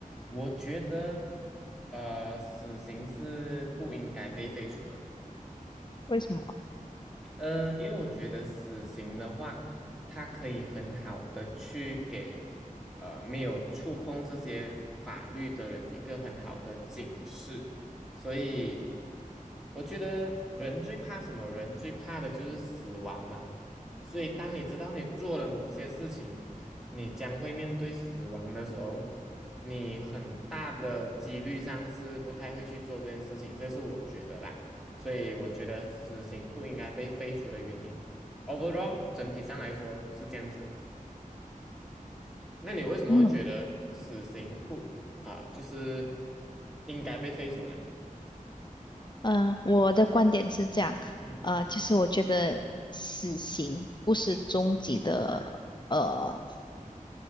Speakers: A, in the centre; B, on the left (about 30°).
A: 我觉得呃，死刑是不应该被废除的。
B: 为什么？
A: 呃，因为我觉得死刑的话，它可以很好的去给呃没有触碰这些法律的人一个很好的警示，所以我觉得人最怕什么？人最怕的就是死亡嘛。所以当你知道你做了某些事情，你将会面对死亡的时候，你很大的几率上是不太会去做这件事情，这是我觉得啦。所以我觉得死刑不应该被废除的原因，overall 整体上来说是这样子。那你为什么会觉得死刑不啊、
B: 嗯
A: 就是应该被废除呢？
B: 呃，我的观点是这样，
A: 嗯
B: 呃，就是我觉得死刑不是终极的。呃